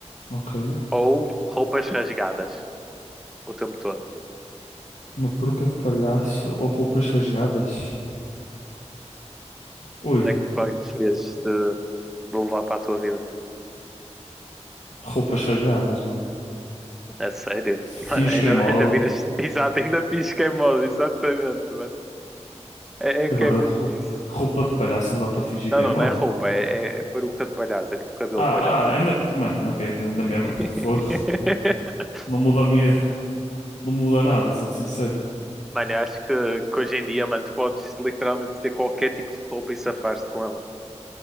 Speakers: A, on the left; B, in the centre.
A: Ok.
B: ou roupas rasgadas o tempo todo?
A: Uma peruca de palhaço ou roupas rasgadas? Ui,
B: Como é que, qual é que preferias de, de levar para a tua vida?
A: roupas rasgadas, mano.
B: É sério?
A: Finge
B: Mano, ainda,
A: que é moda.
B: ainda viras. <laughs> Exato, ainda finges que é moda, exatamente, mano. É, é
A: Agora,
B: que é mesmo
A: rou-
B: isso.
A: roupa de palhaço não dá para fingir
B: Não,
A: que é
B: não,
A: moda.
B: não é roupa, é, é, é peruca de palhaço, é tipo cabelo
A: Ah,
B: de palhaço.
A: ah, ainda, mano, ok, da na mesma.
B: <laughs>
A: Fogo. Não muda a minha, não muda nada, sou-te sincero.
B: Mano, eu acho que, que hoje em dia, mano, tu podes literalmente ter qualquer tipo de roupa e safar-te com ela.